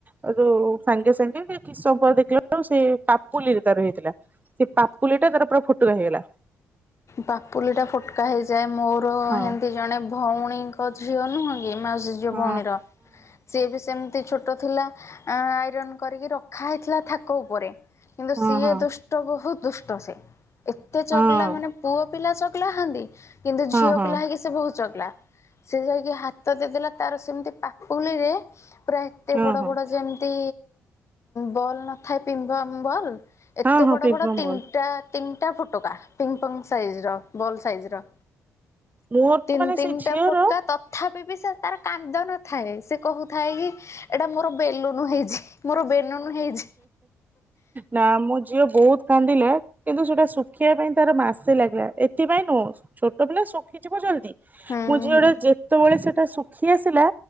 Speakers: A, on the right (about 25°); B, on the left (about 40°).
A: ସୋଉଠୁ ସାଙ୍ଗେ ସାଙ୍ଗେ କିଛି ସମୟ ପରେ ଦେଖିଲା ବେଳକୁ ସେ ପାପୁଲିର ତାର ହେଇଥିଲା। ଏ ପାପୁଲି ଟା ତାର ପୁରା ଫୁଟୁକା ହେଇଗଲା।
B: ପାପୁଲି ଟା ଫୋଟ୍ କା ହେଇଯାଏ, ମୋର
A: ହଁ
B: ହେମିତି ଜଣେ ଭୋଉଣୀଙ୍କ ଝିଅ ନୁହେଁ ଏ ମାଉସୀ ଝିଅ
A: ହଁ
B: ଭଉଣୀର, ସିଏ ବି ସେମ୍ତି ଛୋଟ ଥିଲା ଆଇରନ୍ କରିକି ର ଖା ହେଇଥିଲା ଥାକ ଉପରେ କିନ୍ତୁ
A: ହଁ
B: ସିଏ
A: ହଁ ହଁ
B: ଦୁଷ୍ଟ ବୋହୁତ୍ ଦୁଷ୍ଟ ସେ। ଏତେ ଚଗ୍ଲା
A: ହଁ
B: ମାନେ ପୁଅ ପିଲା ଚଗଲା ହୁଅନ୍ତି କିନ୍ତୁ
A: ହଁ
B: ଝିଅ
A: ହଁ ହଁ
B: ପିଲା ହେଇକି ସେ ବହୁତ ଚଗ୍ଲା। ସେ ଯାଇକି ହାତ ଦେଇଦେଲା ତାର ସେମତି ପାପୁଲିରେ ପୁରା ଏତେ
A: ହଁ
B: ବଡ
A: ହଁ
B: ବଡ ଯେମ୍ ତି ବଲ୍ ନଥାଏ ପିମ୍ ପମ ବଲ୍
A: ହଁ
B: ଏତେ
A: ହଁ
B: ବଡ଼
A: ପ୍ରିଙ୍ଗମ୍
B: ବଡ଼ ତିନ୍ଟା
A: ବଲ୍
B: ତିନ୍ଟା ଫୋଟକା ପିମ୍ ପମ୍ ସାଇଜ୍ ର ବଲ୍ ସାଇଜ୍ ର।
A: ମୋର
B: ତିନି
A: ମାନେ
B: ତିନିଟା
A: ସେ ଝିଅର
B: ଫୁଟକା ତଥାପି ବି ସେ ତାର କାନ୍ଦ ନଥାଏ ସେ କହୁଥାଏ କି ଏଟା ମୋର ବେଲୁନୁ ହେଇଛି। ମୋର ବେଲୁନୁ ହେଇଛି
A: ନା ମୁ ଝିଅ ବୋହୁତ୍ କାନ୍ଦିଲା କିନ୍ତୁ ସେଟା ଶୁଖିବା ପାଇଁ ତାର ମାସେ ଲାଗିଲା ଏଥିପାଇଁ ନୁହଁ। ଛୋଟ ପିଲା ଶୁଖିଯିବ ଜଲ୍ଦି
B: ହୁଁ
A: ମୋ ଝିଅଟା
B: ହୁଁ
A: ଯେତେବେଳେ ସେଟା ଶୁଖି ଆସିଲା